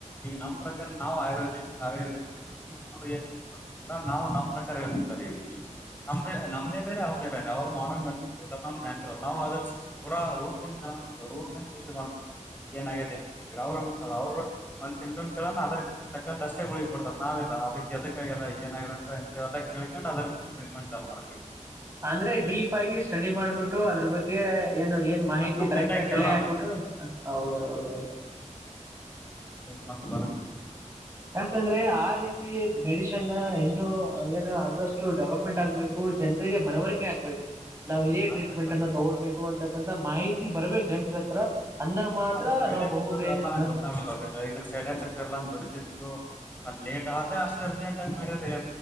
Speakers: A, on the left; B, on the right.
A: ಈಗ ನಮ್ ಪ್ರಕಾರ ನಾವು ಆಯರ್ವದಿಕ್ ಆಯವೇದ ನಾವು ನಮ್ ಪ್ರಕಾರ ಹೇಳ್ತಿವಿ ಸರ್ ಈ ನಮ ನಮ್ದೇ ಬೇರೆ ಅವ್ರದೇ ಬೇರೆ ಅವ್ರರು ಮಾಡನ್ ನತ ಕೊಡ್ತಾರೆ ನ್ಯಾಚುರಲ್ ನಾವು ಅದ್ರ ಪೂರ ರೂಟ್ ರೂಟ್ಂತ ಇ ಮಾಡ್ ಏನ್ ಆಗಿದೆ ಅವ್ರ ಒಂದ್ ಸಿಂಪ್ಟಮ್ಸ್ ಹೇಳಿದ್ರೆ ಅದ್ರ ತಕ್ಕಂತ ಅಷ್ಟೇ ಗುಳಿಗೆ ಕೊಡ್ತಾರೆ ನಾವ ಇಲ್ಲ ಅದಕ್ಕೆ ಎದಕ್ಕ ಆ್ಯದ ಏನ ಅಂತಲ್ಲ ಕೇಳ್ಕೊಂಡು ಅದ್ರಲ್ಲಿ ಟ್ರೀಟ್ಮೆಂಟ್ ಚಲೋ ಮಾಡ್ತೀವಿ
B: ಅಂದ್ರೆ ಡೀಪ್ ಆಗಿ ಸ್ಟಡಿ ಮಾಡ್ಬಿಟ್ಟು ಅದ್ರ ಅದ್ರ ಬಗ್ಗೆ ಏನು ಏನ್ ಮಾಹಿತಿ
A: ಕಂಪ್ಲೀಟ್
B: ಕರೆಕ್ಟ್
A: ಆಗಿ
B: ಆಗ ಕಲೆ
A: ಕ್ಯೂರ್
B: ಹಾಕ್ಬಿಟ್ಟು
A: ಆಗ್ಬೇಕು
B: ಹೌದೌದ ಹೌದು
A: ಅದಕ್ಕೆ ಮತ್ತೆ ಬರಲ್ಲ
B: ಯಾಕಂದ್ರೆ ಆ ರೀತಿ ಮೆಡಿಸಿನ್ ಇನ್ನು ಏನು ಆದಷ್ಟು ಡೆವಲಪ್ಮೆಂಟ್ ಆಗ್ಬೇಕು ಜನರಿಗೆ ಮನವರಿಕೆ ಆಗ್ಬೇಕು ನಾವು ಇದೇ
A: ಹಾ
B: ಟ್ರೀಟ್ಮೆಂಟ್ಅನ್ನು
A: ಸರ್ ಜನ್ರು
B: ತಗೊಬೇಕು ಅನ್ನೋ ತಕ್ಕಂಥ ಮಾಹಿತಿ ಬರ್ಬೇಕು ಜನರ ಹತ್ರ ಅಂದಾಗ ಮಾತ್ರ
A: ಹಾ ಅದ್ರ ಸೈಡ್
B: ನಾವು
A: ಎಫೆಕ್ಟ್
B: ಬಹು ಬೇಗ
A: ಎಲ್ಲಾ
B: ಹಾ
A: ಗೊತ್ತಾಗಬೇಕು ಇದ್ರ ಸೈಡ್ ಎಫೆಕ್ಟ್ ಎಲ್ಲಾನು ಗೊತ್ತಿದ್ದು ಮ ಲೇಟ್ ಆದೆ ಅಷ್ಟ್ ಅರ್ಜೆಂಟ್ ಆಗಿ ಮಾಡರೆ